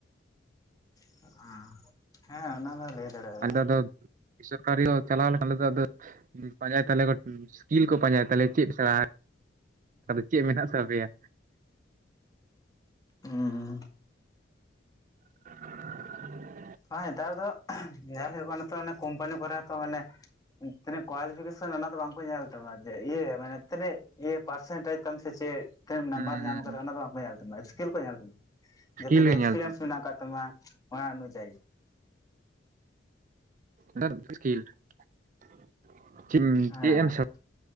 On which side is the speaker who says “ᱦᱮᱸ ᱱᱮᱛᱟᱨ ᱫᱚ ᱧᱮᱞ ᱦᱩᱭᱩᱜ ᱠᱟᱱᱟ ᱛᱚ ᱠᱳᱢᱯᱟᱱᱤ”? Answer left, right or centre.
Left